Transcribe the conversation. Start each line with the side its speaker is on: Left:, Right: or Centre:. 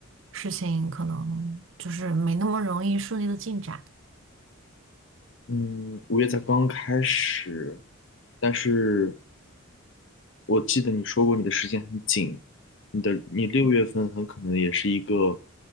Right: 事情可能就是没那么容易顺利的进展，
Left: 嗯，五月才刚刚开始，但是。我记得你说过你的时间很紧，你的你六月份很可能也是一个